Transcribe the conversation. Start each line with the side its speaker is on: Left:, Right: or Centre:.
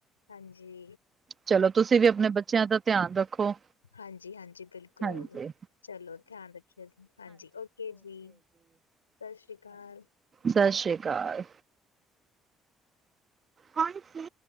Left: ਹਾਂਜੀ।
Right: ਚਲੋ ਤੁਸੀਂ ਵੀ ਅਪਣੇ ਬੱਚਿਆਂ ਦਾ ਧਿਆਨ ਰੱਖੋ।
Left: ਹਾਂਜੀ-ਹਾਂਜੀ ਬਿਲਕੁਲ।
Right: ਹਾਂਜੀ
Left: ਚਲੋ ਧਿਆਨ ਰੱਖਿਆ ਜ ਹਾਂਜੀ ਓਕੇ ਜੀ ਸਸ ਸ੍ਰੀ ਕਾਲ।
Right: ਸਸ ਸ੍ਰੀ ਕਾਲ। <unintelligible> ਸੀ।